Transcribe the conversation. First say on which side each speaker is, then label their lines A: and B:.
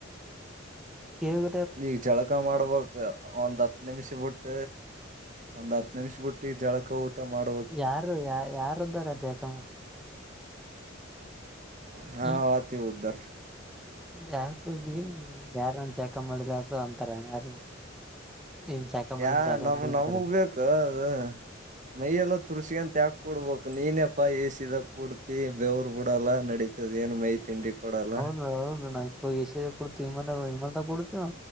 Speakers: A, in the centre; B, on the right (about 40°).
A: ಕೆವ
B: ಈಗ ಚಳಕ ಮಾಡ್ಬೇಕಕ್ ಒಂದ್ ಹತ್ತು ಹತ್ತು ನಿಮಿಷ ಬಿಟ್ಟ ಒಂದ್ ಹತ್ತು ನಿಮಿಷ ಬಿುಟ್ಟಿ ಜಳಕ ಊಟ ಮಾಡ.
A: ಯಾರು ಯ ಯಾರ ಇದಗ್ಗ ರಜೆ ಹಾಕಮ್.
B: ನಾವ್
A: ಹ್ಮ್
B: ಆತೀವಿ ಉದ್ದರ್.
A: <unintelligible> ಏನ್ ಜಾಕ ಮಾಡಿದ
B: ಯಾ
A: ಜಾಕ
B: ನಮ
A: ಮಾಡಿ ಅಂತಾರ
B: ನಮಗ್ ಬೇಕೊ ಅದ್ ಮೈಯ ಎಲ್ಲ, ತುರ್ಸಗೆಂತ್ ಯಾಕ್ ಕೊಡ್ಬಬೇಕಕ್ ನೀನಪ್ಪಾ ಎಸಿದಾಗ ಕುಡ್ತಿ ಬೆೇವ್ರ ಬಿಡಲ್ಲಾ. ನಡತಿ <unintelligible> ಏನ ಮೈ ತಿಂಡಿ ಕೊಡಲ್ಲ.
A: <inaudible> ಎಸಿದಾಗ್ ಕುಡ್ತಿವಿ ವಿಮಾನನ್ದಗಾ ಕುಡ್ತಿವಿ.